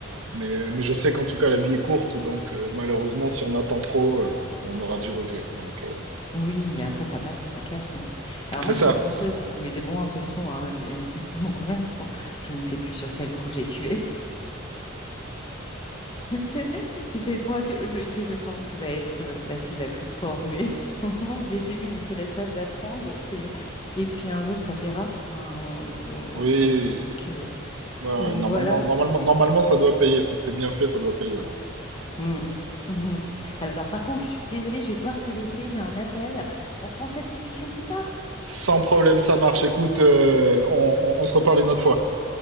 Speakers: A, on the right; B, on the left.
A: mais, mais je sais qu'en tout cas, la vie est courte. Donc, euh, malheureusement, si on attend trop, euh, on aura du regret. Donc, euh,
B: Oui, et après, ça passe ou ça casse. hein. Alors
A: c'est
B: moi, je
A: ça.
B: suis une fonceuse, mais des mots un peu trop. hein. <laughs> Mon conjoint, il me dit souvent, je ne sais plus sur quel projet tu es. <laughs> Tu sais, Il fait trois, tu- je- il fait, je sens que tu vas être euh, la fille la plus formée <laughs> au monde. Mais j'ai dit, oui, mais c'est la soif d'apprendre. C'est et puis un jour ça paiera. Hein,
A: Oui.
B: euh, donc euh,
A: Ouais, ouais,
B: donc
A: normalement,
B: voilà.
A: normalement, normalement, ça doit payer. Si c'est bien fait, ça doit payer. ouais.
B: Mm. Mhm. Alors par contre, je suis désolée, je vais devoir te laisser. J'ai un appel. On reprend cette discussion plus tard.
A: Sans problème, ça marche. Écoute, euh, on, on on se reparle une autre fois.